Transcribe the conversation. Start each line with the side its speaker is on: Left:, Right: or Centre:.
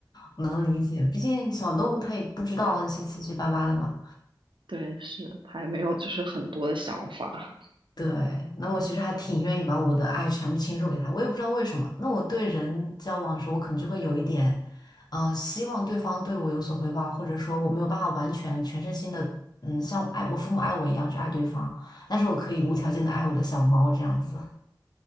Left: 能理解，毕竟小动物它也不知道那些七七八八的嘛。
Right: 对，是，它也没有就是很多的想法。
Left: 对，那我其实还挺愿意把我的爱全部倾注给他，我也不知道为什么。那我对人交往的时候，我可能就会有一点，嗯、呃希望对方对我有所回报，或者说我没有办法完全全身心的，嗯，像我爱我父母爱我一样去爱对方，但是我可以无条件的爱我的小猫这样子。